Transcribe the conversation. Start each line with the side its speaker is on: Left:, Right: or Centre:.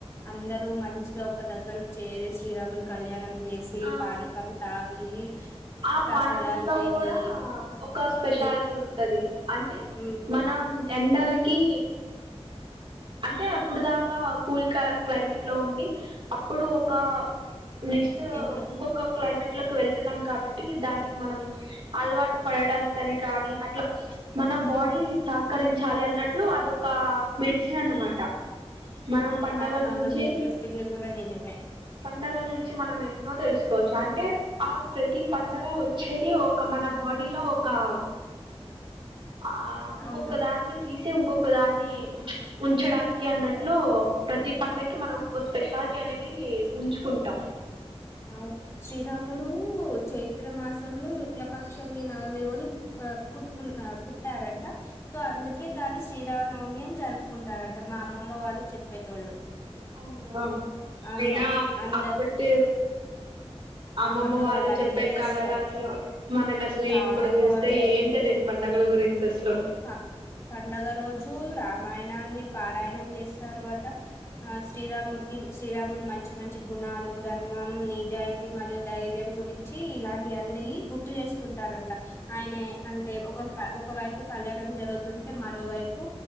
Left: అందరు మంచిగా ఒక దగ్గరకు చేరి రే శ్రీరాములు కళ్యాణం చేసి
Right: ఆ
Left: పానకం తాగి
Right: ఆ
Left: ప్రసాదాలు
Right: పానకంలో
Left: తిని
Right: కూడా ఒక స్పెషాలిటీ
Left: దే
Right: ఉంటది అంటే
Left: ఉమ్
Right: మనం ఎండలకి అంటే అప్పుడు దాకా కూల్ క క్లైమేట్ లో ఉండి అప్పుడు ఒక నెక్స్ట్
Left: ఎండ
Right: ఇంకొక క్లైమేట్ లోకి వెళ్తున్నాం కాబట్టి దానికి మనం అలవాటు పడడానికని కానీ అట్లా మన మన బాడీ సహకరించాలి అన్నట్లు అదొక మెడిసిన్ అన్నమాట మనం పండగల్
Left: అవునవును
Right: నించి
Left: మీరు చెప్పింది కూడా నిజమే
Right: పండగల్ నుంచి మనం ఎన్నో తెల్సుకోచ్చు అంటే ఆ ప్రతి పండగ ఒచ్చేది ఒక మ మన బాడీ లో ఒకా ఆ ఇంకొక్క
Left: అవును
Right: దాన్ని తీసే ఉంకొక్ ఒక దాన్ని ఉంచడానికి అన్నట్లు ప్రతి పండకి మనం ఒక స్పెషాలిటీ అనేది కీ ఉంచుకుంటాం
Left: అవుర్ శ్రీరాముడు చైత్ర మాసంలో శుక్లపక్షమి నవమి రోజు గా పుట్టుకున్ ఆ పుట్యారంట సో అందుకే దాన్ని శ్రీరామనవమి అని జరుపుకుంటారంట మా అమ్మమ్మ వాళ్ళు చెప్పేటోళ్ళు
Right: అవునా
Left: అవును
Right: అయినా
Left: అందరు
Right: అప్పటి అమ్మమ్మ
Left: అప్పట్లో
Right: వాళ్ళు
Left: అన్నీ
Right: చెప్పే
Left: చేస్తారు
Right: కాలలా అసలు మనకు అసల్
Left: చాలా
Right: ఇప్పుడు హేల్స్తే
Left: బాగుండే
Right: ఏం తెలీదు పండగలు గు ఇబ్బురు ఇంట్రెస్ట్ లెవ్
Left: ప పండగ రోజు రామాయణాన్ని పారాయణం జేస్తారు అట ఆ శ్రీరాముడికి శ్రీరాముడి మంచి మంచి గుణాలు ధర్మం నిజాయి తి మరియు ధైర్యం గురించి ఇలాంటి అన్ని గుర్తు జేసుకుంటారంట ఆయనే అంటే ఒక్ ఒహ్ ప్యా ఒక వైపు కళ్యాణం జరుగుతుంటే మరోవైపు